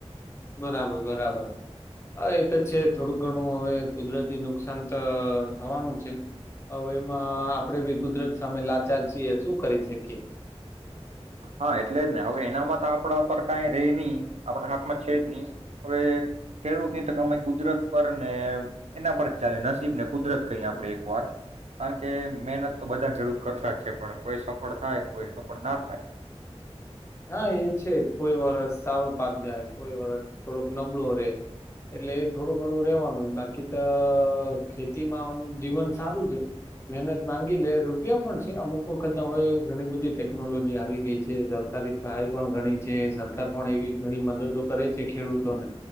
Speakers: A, on the left; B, on the right.
A: બરાબર, બરાબર, હ એ તો છે થોડું ઘણું હવે કુદરતી નુકસાન તો થવાનું છે, અવે એમાં આપણેે બી કુદરત સામે લાચાર છીએ શું કરી શકીએ?
B: હા એટલે જ ને હવે એનામાં તો આપણા પર કાંઈ રેય ની, આપણા હાથમાં છે જ ની, હવે ખેડૂતની તો કમાઈ કુદરત પર ને એના પર જ ચાલે નસીબ ને કુદરત કહીએ આપડે એક વાર કાણ કે મહેનત તો બધા ખેડૂત કરતા જ છે, પણ કોઈ સફળ થાય કોઈ સફળ ના થાય
A: હા, એ છે, કોઈ વરસ સારો પાક જાય, કોઈ વરસ થોડોક નબળો રે એટલે એ થોડું ઘણું રેવાનું જ, બાકી તો ખેતીમાં આમ જીવન સારું છે, મહેનત માંગી લે રૂપિયા પણ છે, અમુક વખત અવે ઘણી બધી ટેકનોલોજી આવી ગઈ છે, સરકારી સહાય પણ ઘણી છે, સરકાર પણ એવી ઘણી મદદો કરે છે ખેડૂતોને